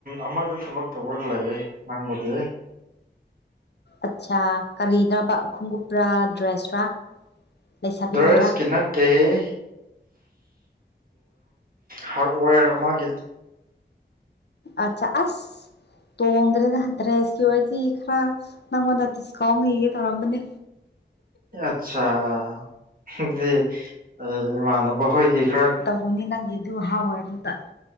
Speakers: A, on the right (about 50°); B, on the left (about 65°).
A: ꯑꯃꯗ ꯊꯕꯛ ꯇꯧꯕꯒ ꯂꯩ ꯅꯪꯕꯨꯗꯤ
B: ꯑꯠꯁꯥ ꯀꯔꯤꯅꯣꯕ ꯈꯨꯉꯨꯞꯔꯥ ꯗ꯭ꯔꯦꯁꯔꯥ ꯂꯩꯁꯥꯕꯤꯒꯤꯔꯥ
A: ꯗ꯭ꯔꯋꯦꯁ ꯀꯤ ꯅꯠ ꯇꯩ ꯍꯥꯔꯠꯋꯦꯔ ꯑꯃꯒꯤ
B: ꯑꯠꯆꯥ ꯑꯁ ꯇꯣꯡꯗ꯭ꯔꯦꯗ ꯗ꯭ꯔꯦꯁꯀꯤ ꯑꯣꯏꯔꯗꯤ ꯈꯔ ꯅꯪꯉꯣꯜꯗ ꯗꯤꯁꯀꯥꯎꯜ ꯅꯤꯌꯦ ꯇꯧꯔꯝꯕꯅꯦ
A: ꯑꯠꯆꯥ ꯑꯗꯨꯗꯤ ꯑꯩ ꯏꯃꯥꯟꯅꯕ ꯍꯣꯏꯒꯤ ꯈꯔ
B: ꯇꯧꯅꯤ ꯅꯪ ꯒꯤ ꯑꯗꯨ ꯍꯥ ꯑꯣꯌꯥꯔ ꯗꯨꯗ